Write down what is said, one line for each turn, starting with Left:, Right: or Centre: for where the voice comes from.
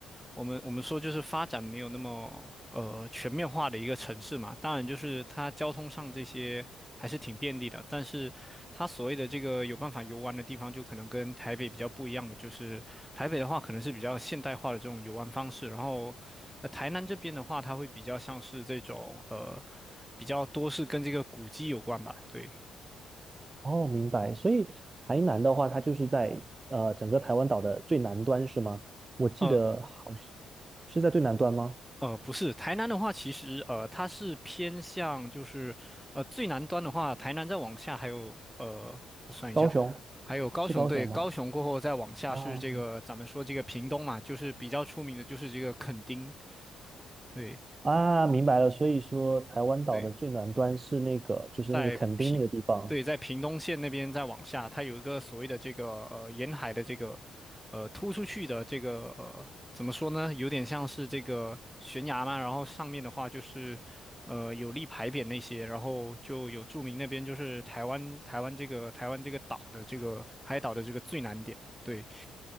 Centre: 我们我们说就是发展没有那么呃全面化的一个城市嘛。当然，就是它交通上这些还是挺便利的，但是它所谓的这个有办法游玩的地方，就可能跟台北比较不一样的，就是台北的话可能是比较现代化的这种游玩方式，然后呃台南这边的话，它会比较像是这种呃比较多是跟这个古迹有关吧，对。
Right: 哦，明白。所以台南的话，它就是在呃整个台湾岛的最南端是吗？我记得好像
Centre: 呃。
Right: 是在最南端吗？
Centre: 呃，不是，台南的话，其实呃，它是偏向就是呃最南端的话，台南再往下还有呃，我算一下，
Right: 高雄
Centre: 还有高雄，
Right: 是高雄吗？
Centre: 对，高雄过后再往下是这个咱们说这个屏东嘛，
Right: 啊，
Centre: 就是比较出名的就是这个垦丁，对
Right: 啊，明白了。所以说，台湾岛的最南端是那个，
Centre: 对，
Right: 就是那个垦丁那个地方。
Centre: 在屏，对，在屏东县那边再往下，它有一个所谓的这个呃沿海的这个呃突出去的这个呃怎么说呢？有点像是这个悬崖嘛，然后上面的话就是呃有立牌匾那些，然后就有注明那边就是台湾台湾这个台湾这个岛的这个海岛的这个最南点。对，